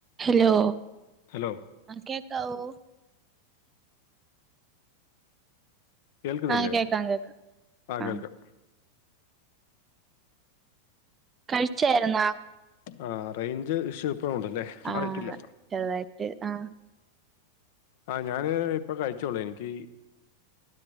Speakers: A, on the right; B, on the left.
A: ഹലോ
B: ഹലോ
A: ആ കേക്കാവൊ
B: കേൾക്കുന്നില്ലേ
A: ആഹ് കേക്കാം കേക്കാം
B: ആ
A: ആഹ്
B: കേൾക്കാം
A: കഴിച്ചായിരുന്നാ?
B: ആ റേഞ്ച് ഇഷ്യു ഇപ്പഴും ഉണ്ടല്ലേ? മാറിയിട്ടില്ല
A: ആ ചെറുതായിട്ട് ആ
B: ആ ഞാന് ഇപ്പ കഴിച്ചൊള്ളു എനിക്കീ